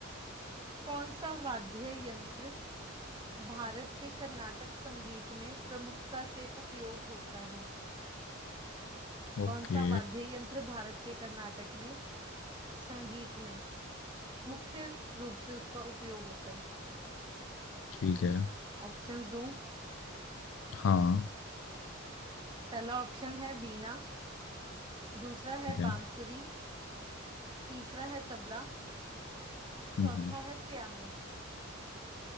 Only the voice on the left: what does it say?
ओके
ठीक है
हाँ
ठीक
है
हम्म